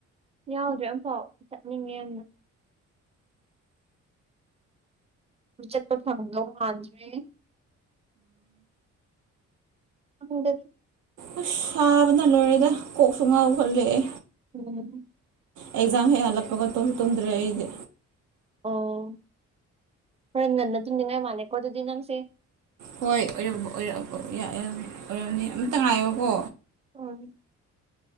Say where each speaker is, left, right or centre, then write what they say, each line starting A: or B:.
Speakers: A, on the right; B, on the right.
A: ꯌꯥꯎꯗ꯭ꯔꯤ ꯑꯃꯥꯝꯐꯥꯎ ꯆꯠꯅꯤꯡꯉꯦ ꯌꯥꯝꯅ ꯆꯠꯄ ꯐꯪꯗꯧ ꯃꯥꯟꯗ꯭ꯔꯦ <unintelligible>
B: ꯑꯁ ꯁꯥꯕꯅ ꯂꯣꯏꯔꯦꯗ ꯀꯣꯛꯁꯨ ꯉꯥꯎꯈꯠꯂꯛꯑꯦ
A: ꯎꯝ
B: ꯑꯦꯛꯖꯥꯝ ꯍꯦꯛ ꯍꯜꯂꯛꯄꯒ ꯇꯨꯝ ꯇꯨꯝꯗ꯭ꯔꯦ ꯑꯩꯗꯤ
A: ꯑꯣ ꯍꯣꯔꯦꯟ ꯉꯟꯅ ꯇꯨꯝꯅꯤꯡꯉꯥꯏ ꯃꯥꯜꯂꯦꯀꯣ ꯑꯗꯨꯗꯤ ꯅꯪꯁꯦ
B: ꯍꯣꯏ ꯑꯣꯏꯔꯞ ꯑꯣꯢꯔꯞ ꯑꯣꯢꯕꯌꯥꯏꯌꯦ ꯑꯣꯢꯔꯝꯅꯤ ꯑꯝꯇ ꯉꯥꯏꯌꯣꯀꯣ
A: ꯎꯝ